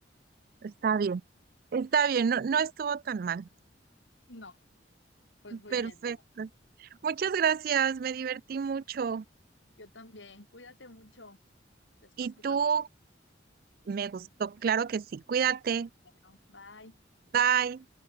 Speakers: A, on the right (about 50°); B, on the left (about 80°).
A: Está bien, está bien, no, no estuvo tan mal.
B: No, pues muy
A: Perfecto.
B: bien, mira.
A: Muchas gracias, me divertí mucho.
B: yo también. Cuídate mucho. Después
A: Y
B: jugamos.
A: tú, me gustó, claro que sí. Cuídate.
B: Bueno, bye.
A: Bye.